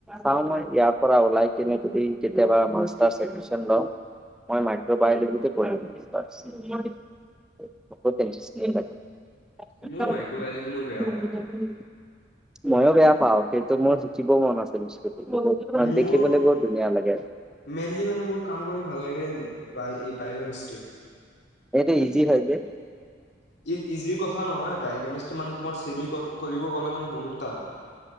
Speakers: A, in the centre; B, on the left.
A: চাও মই ইয়াৰ পৰা ওলাই কিনে যদি কেতিয়াবা মাষ্টাৰ্ছ এডমিশ্যন লওঁ। মই মাইক্ৰবায়লজিটো পঢ়িম <unintelligible> বহুত ইণ্টাৰেষ্টিং লাগে। <unintelligible>
B: মোৰ মাইক্ৰ'বায়লজি মই বেয়া পাওঁ
A: ময়ো বেয়া পাওঁ। সেইটো মোৰ শিকিব মন আছে বস্তুটো বহুত
B: মোৰ
A: দেখিবলৈ বহুত ধুনীয়া লাগে আৰু।
B: মেইনলি মানে মোৰ কাম কৰি ভাল লাগে বায় <unintelligible>
A: এইটো ইজি হয়, যে।
B: ই ইজিৰ কথা নহয় বায় কেমিষ্টি মানে তোমাৰ চেমি কৰিব গ'লে মানে বহুত টান।